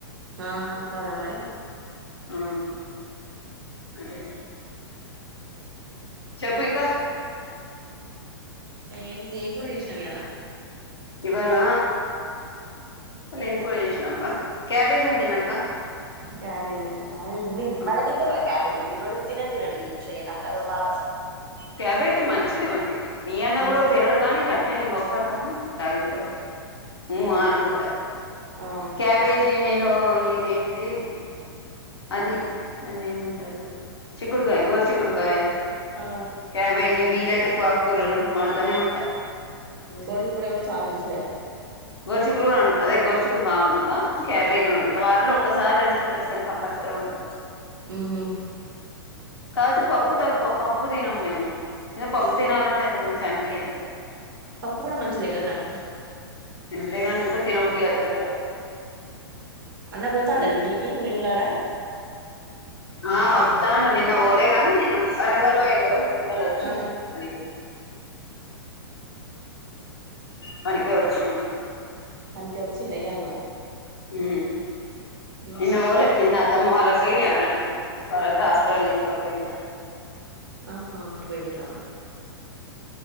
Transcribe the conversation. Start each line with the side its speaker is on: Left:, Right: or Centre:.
Right: ఆ కాద మరి
Left: ఉ అదె చెప్పు ఇంక
Right: ఏముంది ఏం కూర చేసినవ్ ఇయాల.
Left: ఇవాల ఏం కూర చేసిన అబ్బ క్యాబేజీ వండి నా అక్క
Right: క్యాబేజ్ వండినవా మీరు
Left: ఆ,
Right: భలే తింటారా క్యాబేజీ. నేను వండితే తినే తినడు వీడు చెయ్య నాకు అదో బాధ అసలు.
Left: క్యాబెజ్ మంచిది ఒంటికి మీ అన్న కూడ
Right: మన్
Left: తినడు కాగాని గట్నే నేను గొప్పడతాఅని లాగిస్తడు ఉ
Right: అది
Left: ఆ అనుకుంట
Right: సంగతి ఆ
Left: క్యాబేజీ. యో ఇదేంటిది. అది దాన్ని ఏమంటారు చిక్కుడుకాయ గోరు చిక్కుడుకాయ.
Right: ఆ
Left: క్యాబేజీ వీలైతే ఆకుకూరలు వండుతూనే ఉంట.
Right: గొడుసు కూర కూడా చాలా మంచిది అట
Left: గోరుచిక్కుడు కూడా వండుతా అదే గోరుచిక్కుడు బాగ వండుతా క్యాబేజీ వండుతా వారంలో ఒక్క ఒకసార్ రెండుసార్లు కచ్చితంగా కంపల్సరి వండుతా.
Right: ఉహు
Left: కాదు పప్పు తక్కువ పప్పు తినం మేము. ఏదో పప్పు
Right: ఏంది
Left: తినాల అంటే ఎంత మంచి అనిపయదు.
Right: పప్పు కూడా మంచిద్ కదరా.
Left: మంచిదే కానీ ఎందుకో తినబుద్ధి కాదు.
Right: అన్న పోతాడా
Left: ఉమ్.
Right: డ్యూటీకి ముల్ గులాడా.
Left: ఆ వద్దాను నిన్న పోలే గాని నిన్న వరంగల్ పోయిండు. ఇయాలా వచ్చిండు
Right: ఆ
Left: పనికి పనీకే వచ్చుండు.
Right: మనకి వచ్చిండ ఇయ్యాల కూడా
Left: మ్
Right: ఉహు
Left: నిన్న పోలే నిన్నాత్ అతమ్మ వాళ్ళకి తరువాత హాస్పిటల్ తీసుకపోయిండు.
Right: ఆహా అటు పోయిండ్రా